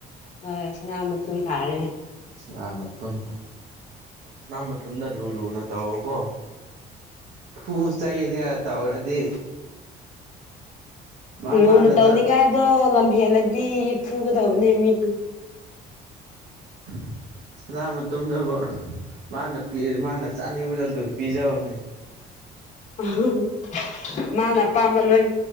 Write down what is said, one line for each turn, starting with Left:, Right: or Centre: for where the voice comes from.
Left: ꯍꯣꯏ ꯁꯅꯥꯃꯇꯨꯝ ꯇꯥꯔꯦ
Right: ꯁꯅꯥꯃꯇꯨꯝ ꯁꯅꯥꯃꯇꯨꯝꯗꯣ ꯂꯨ ꯂꯨꯅ ꯇꯧꯑꯣꯀꯣ ꯐꯨ ꯆꯩꯥꯅ ꯇꯧꯔꯗꯤ ꯃꯥ
Left: ꯂꯨꯅ
Right: ꯃꯥꯅ
Left: ꯇꯧꯅꯤꯡꯉꯥꯏꯗꯣ
Right: ꯆꯥ
Left: ꯂꯝꯍꯦꯜꯂꯗꯤ ꯐꯨꯒꯗꯧꯕꯅꯦ ꯃꯤꯗꯨ
Right: <inaudible> ꯁꯅꯥꯃꯇꯨꯝ ꯗꯨꯕꯨ ꯃꯥꯅ <unintelligible> ꯃꯥꯅ ꯆꯥꯅꯤꯡꯕꯗꯣ ꯑꯗꯨꯝ ꯄꯤꯖꯧꯅꯦ
Left: ꯑꯍꯝ ꯃꯥꯅ ꯑꯄꯥꯝꯕ ꯂꯣꯏ